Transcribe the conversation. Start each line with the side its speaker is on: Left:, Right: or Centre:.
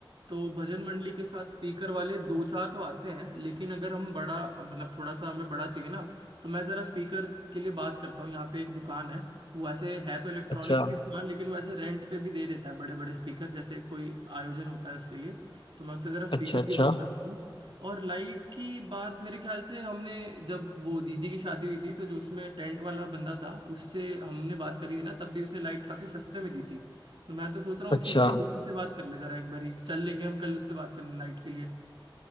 Right: तो भजन मंडली के साथ स्पीकर वाले दो चार तो आते हैं लेकिन अगर हम बड़ा अ, मतलब थोड़ा सा हमें बड़ा चाहिए ना तो मैं जरा स्पीकर के लिए बात करता हूँ यहाँ पे एक दुकान है वो ऐसे है तो इलेक्ट्रॉनिक्स
Left: अच्छा
Right: की दुकान लेकिन वो ऐसे रेंट पे भी दे देता है बड़े बड़े स्पीकर जैसे कोई आयोजन होता है उसके लिए तो मैं उससे जरा स्पीकर
Left: अच्छा अच्छा
Right: की बात करता हूँ और लाइट की बात मेरे ख्याल से हमने जब वो दीदी की शादी हुई थी तो जो उसमें टेंट वाला बंदा था उससे हमने बात करी थी ना तब भी उसने लाइट काफी सस्ते में दी थी तो मैं तो सोच रहा हूँ
Left: अच्छा
Right: उसी से उसी से बात कर ले जरा एक बारी चल लेंगे हम कल उससे बात करने लाइट के लिए